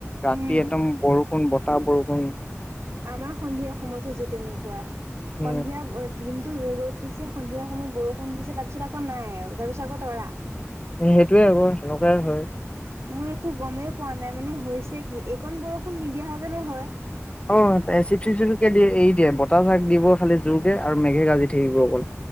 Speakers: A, on the left (about 20°); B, on the right (about 75°).
A: ৰাতি
B: উম
A: একদম বৰষুণ বত বৰষুণ
B: আমাৰ সন্ধিয়া সময়ত হৈছে তেনেকুৱা।
A: উম
B: সন্ধিয়া দিনটো ৰ'দ দিছে, সন্ধিয়াৰ সময়ত বৰষুণ দিছে, তাৰ পিছত আকৌ নাই আৰু তাৰ পিছত আকৌ তৰা।
A: সেইটোৱে আকৌ সেনেকুৱাই হয়।
B: মই একো গমেই পোৱা নাই মানে হৈছে কি এইকণ বৰষুণ নিদিয়া হেতেনো হয়
A: অ' চিপ চিপ চিপকে দিয়ে এৰি দিয়ে বতাহ জাক দিব খালী জোৰকে আৰু মেঘে গাজি থাকিব অকল